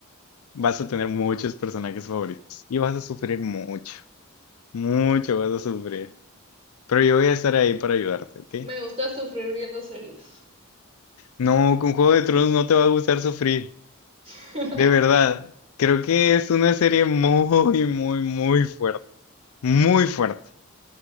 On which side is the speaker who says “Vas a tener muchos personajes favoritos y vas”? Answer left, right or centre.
Left